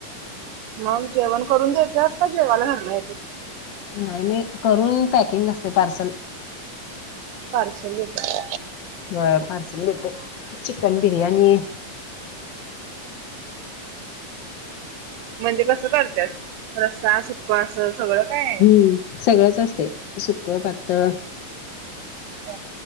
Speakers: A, on the right; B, on the left.
A: मग जेवण करून देत्यास काय जेवायला घरला येत्यात?
B: नाही नाही. करून पॅकिंग असते पार्सल.
A: पार्सल देत्या.
B: व्हय. पार्सल देतोय. चिकन बिर्याणी-
A: म्हणजे कसं करत्यास? रस्सा, सुकं असं सगळं काय?
B: हम्म सगळंच असतय. सुकं, पातळ.
A: ह!